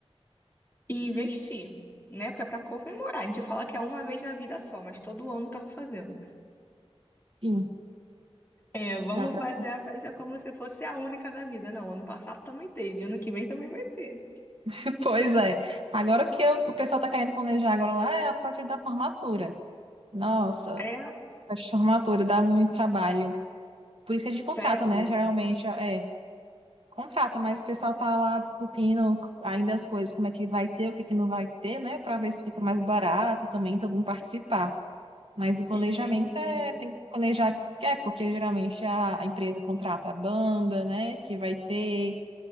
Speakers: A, on the left (about 20°); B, on the right (about 60°).
A: e investir, né? Porque é pra comemorar. A gente fala que é uma vez na vida só, mas todo ano tá fazendo.
B: Enfim,
A: É, vamos
B: dá pra
A: fazer
B: fazer.
A: a festa como se fosse a única da vida. Não, ano passado também teve, ano que vem também vai ter.
B: <laughs> Pois é. Agora o que eu- o pessoal tá querendo planejar agora lá é a parte da formatura. Nossa,
A: É,
B: a formatura dá muito trabalho. Por isso que a gente contrata,
A: sério.
B: né? Geralmente, é. Contrata, mas o pessoal tá lá discutindo ainda as coisas, como é que vai ter, o que é que não vai ter, né? Para ver se fica mais barato também, todo mundo participar. Mas o planejamento
A: Entendi.
B: é, tem que planejar, é, porque geralmente a, a empresa contrata a banda, né? Que vai ter,